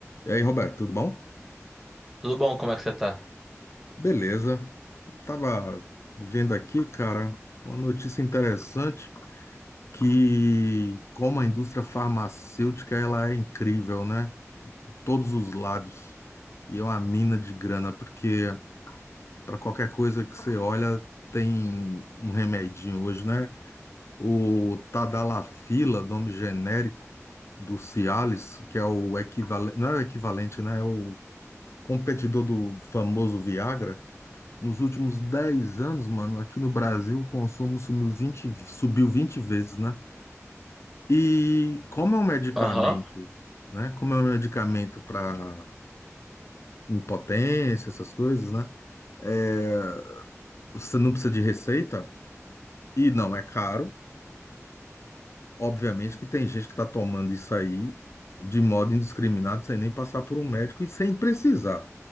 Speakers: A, on the left (about 60°); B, in the centre.
A: E aí, Roberto, tudo bom?
B: Tudo bom? Como é que você tá?
A: Beleza. Tava vendo aqui, cara, uma notícia interessante que como a indústria farmacêutica, ela é incrível, né? Todos os lados. E é uma mina de grana, porque para qualquer coisa que você olha, tem um remedinho hoje, né? O Tadalafila, nome genérico do Cialis, que é o equivalente, não é o equivalente, né? É o competidor do famoso Viagra Nos últimos 10 anos, mano, aqui no Brasil, o consumo sumiu 20 subiu 20 vezes, né? E como é um medicamento,
B: Aham,
A: né? Como é um medicamento para impotência, essas coisas, né? É, você não precisa de receita e não é caro. Obviamente que tem gente que está tomando isso aí de modo indiscriminado, sem nem passar por um médico e sem precisar.